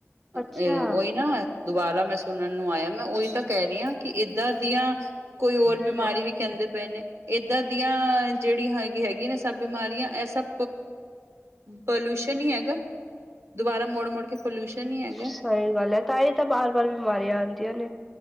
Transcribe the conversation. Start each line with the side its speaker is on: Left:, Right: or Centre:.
Right: ਅ
Centre: ਅੱਛਾ।
Right: ਔਈ ਨਾ। ਦੁਬਾਰਾ ਮੈਂ ਸੁਣਨ ਨੂੰ ਆਏਆ। ਮੈਂ ਓਈ ਤਾਂ ਕੈਰੀ ਆਂ ਕਿ ਏਦਾਂ ਦੀਆਂ ਕੋਈ ਹੋਰ
Centre: ਸਹੀ
Right: ਬਿਮਾਰੀ ਵੀ ਕੈਂਦੇ ਪਏ ਨੇ। ਏਦਾਂ ਦੀਆਂ ਜੇੜੀਆਂ ਹੈਗੀ ਹੈਗੀ ਨਾ ਸਭ ਬਿਮਾਰੀਆਂ ਐ ਸਪ ਪੋਲਊਸ਼ਨ ਈ ਹੈਗਾ। ਦੁਬਾਰਾ ਮੋੜ ਮੋੜ ਕੇ ਪੋਲਊਸ਼ਨ ਈ ਹੈ
Centre: ਸਈ ਗੱਲ ਐ। ਤਾਂ ਈ ਤਾਂ ਬਾਰ ਬਾਰ ਬਿਮਾਰੀਆਂ ਆਂਦੀਆਂ ਨੇ।